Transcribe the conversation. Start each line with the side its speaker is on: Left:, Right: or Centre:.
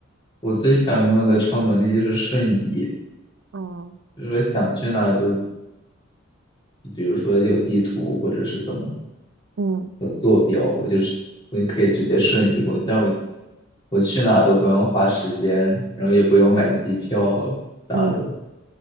Left: 我最想拥有的超能力就是瞬移，
Right: 嗯
Left: 就是我想去哪儿就，比如说有地图或者是怎么
Right: 嗯
Left: 有坐标，我就是我就可以直接瞬移过去，这样我我去哪儿都不用花时间，然后也不用买机票啥的，
Right: 嗯